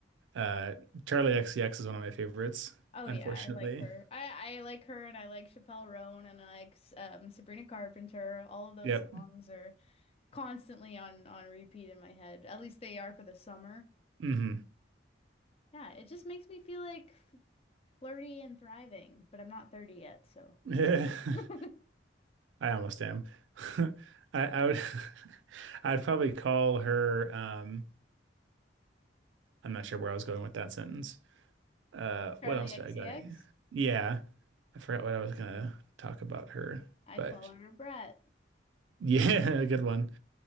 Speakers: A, on the right (about 80°); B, on the left (about 30°).
A: Uh, Charlie XCX is one of my favorites,
B: Oh
A: unfortunately.
B: yeah, I like her. I I like her, and I like Chappelle Roan, and I like um, Sabrina Carpenter. All of those
A: Yep.
B: songs are constantly on on repeat in my head. At least they are for the summer.
A: hmm
B: Yeah, it just makes me feel like flirty and thriving, but I'm not 30 yet, so.
A: Yeah,
B: <laughs>
A: <laughs> I almost am. <laughs> I, I would <laughs> I'd probably call her um I'm not sure where I was going with that sentence. Uh
B: Charlie
A: what else
B: XCX,
A: do I got? Yeah. I forgot what I was gonna talk about her,
B: I'd
A: but
B: call her a brat.
A: yeah, <laughs> good one.